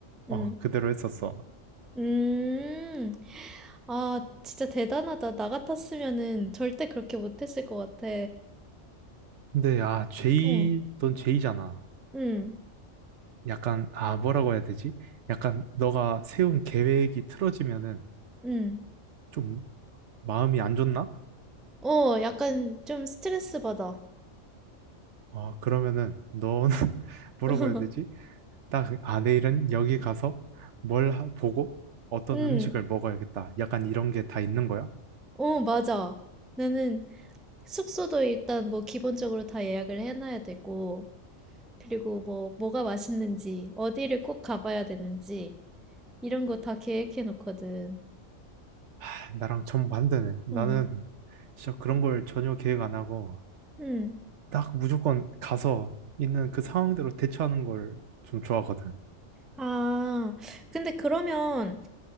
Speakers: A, on the right (about 65°); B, in the centre.
A: 어,
B: 음.
A: 그대로 했었어.
B: 음. 아, 진짜 대단하다. 나 같았으면은 절대 그렇게 못했을 것 같아.
A: 근데 아, 제이,
B: 어.
A: 넌 제이잖아.
B: 음.
A: 약간 아, 뭐라고 해야 되지? 약간 너가 세운 계획이 틀어지면은
B: 음.
A: 좀 마음이 안 좋나?
B: 어, 약간 좀 스트레스 받아.
A: 어, 그러면은 너는 <laughs> 뭐라고
B: <laughs>
A: 해야 되지? 딱, 아, 내일은 여기 가서 뭘 하- 보고 어떤
B: 응,
A: 음식을 먹어야겠다. 약간 이런 게 다 있는 거야?
B: 어, 맞아. 나는 숙소도 일단 뭐 기본적으로 다 예약을 해놔야 되고, 그리고 뭐, 뭐가 맛있는지, 어디를 꼭 가봐야 되는지, 이런 거 다 계획해 놓거든.
A: 아, 나랑 정반대네. 나는
B: 응,
A: 진짜 그런 걸 전혀 계획 안 하고
B: 응.
A: 딱 무조건 가서 있는 그 상황대로 대처하는 걸 좀 좋아하거든.
B: 아, 근데 그러면